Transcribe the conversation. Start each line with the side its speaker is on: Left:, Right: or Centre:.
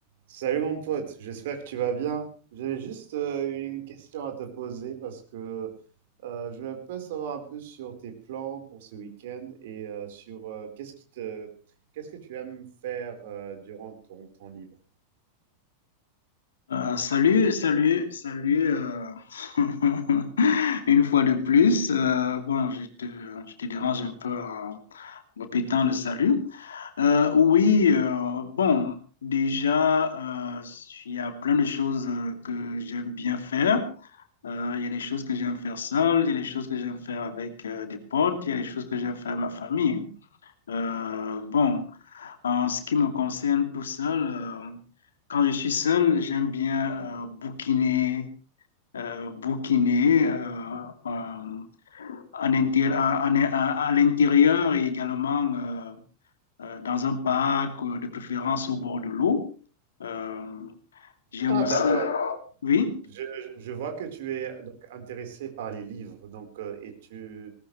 Right: Salut mon pote, j'espère que tu vas bien. J'avais juste euh, une question à te poser parce que euh, je voulais un peu savoir un peu sur tes plans pour ce week-end et euh, sur euh, qu'est-ce qui te, qu'est-ce que tu aimes faire euh, durant ton temps libre.
Left: Euh, salut, salut, salut. euh, <laughs> Une fois de plus, euh, bon, je te, je te dérange un peu en répétant le salut. Euh, oui, euh, bon, déjà, euh, il y a plein de choses euh, que j'aime bien faire. Euh, il y a des choses que j'aime faire seul, il y a des choses que j'aime faire avec euh, des potes, il y a des choses que j'aime faire avec ma famille. Euh, bon. En ce qui me concerne tout seul, euh, quand je suis seul, j'aime bien euh, bouquiner, euh, bouquiner euh, euh, en intér- en- en- à à l'intérieur et également euh, euh, dans un parc, euh, de préférence au bord de l'eau. Euh, j'aime
Right: Ah
Left: aussi,
Right: d'accord,
Left: oui.
Right: Je, je vois que tu es donc intéressé par les livres, donc euh, et tu